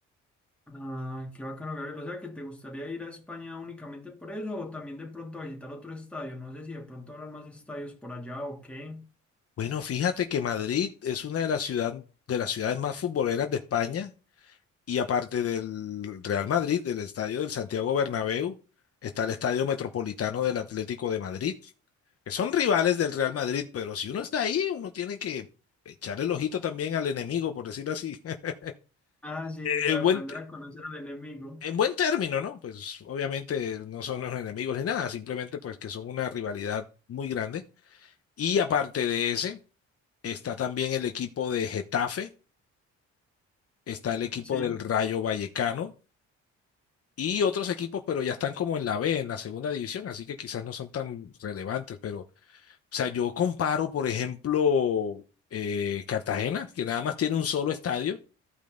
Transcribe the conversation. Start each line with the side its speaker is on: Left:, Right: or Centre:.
Centre: Ah, qué bacano, Gabriel. O sea, que te gustaría ir a España únicamente por eso o también de pronto a visitar otro estadio. No sé si de pronto habrán más estadios por allá o qué.
Left: Bueno, fíjate que Madrid es una de las ciudad- de las ciudades más futboleras de España, y aparte del Real Madrid, del estadio del Santiago Bernabéu, está el Estadio Metropolitano del Atlético de Madrid que son rivales del Real Madrid, pero si uno está ahí, uno tiene que echar el ojito también al enemigo, por decirlo así. <laughs>
Centre: Ah, sí,
Left: Eh,
Centre: sí, ya
Left: En
Centre: aprender
Left: buen, te-
Centre: a conocer al enemigo.
Left: en buen término, ¿no? Pues obviamente no son los enemigos ni nada, simplemente pues que son una rivalidad muy grande. Y aparte de ese, está también el equipo de Getafe, está el equipo
Centre: Sí,
Left: del Rayo Vallecano y otros equipos, pero ya están como en la B, en la segunda división, así que quizás no son tan relevantes, pero O sea, yo comparo, por ejemplo, eh, Cartagena, que nada más tiene un solo estadio.